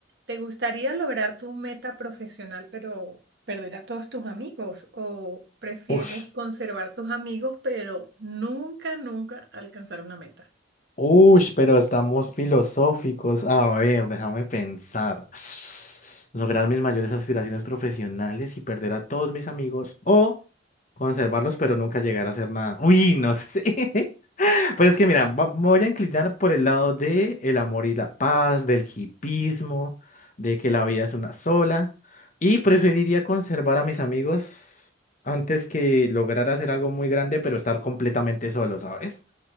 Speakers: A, on the right; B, on the left.
A: ¿Te gustaría lograr tu meta profesional pero perder a todos tus amigos? ¿O prefieres
B: Ush,
A: conservar tus amigos pero nunca, nunca alcanzar una meta?
B: ush, pero estamos filosóficos. A ver, déjame pensar. <sniffs> Lograr mis mayores aspiraciones profesionales y perder a todos mis amigos o conservarlos pero nunca llegar a hacer nada. Uy, no sé. <laughs> Pues es que mira, va- me voy a inclinar por el lado de el amor y la paz, del hipismo, de que la vida es una sola, y preferiría conservar a mis amigos antes que lograr hacer algo muy grande, pero estar completamente solo, ¿sabes?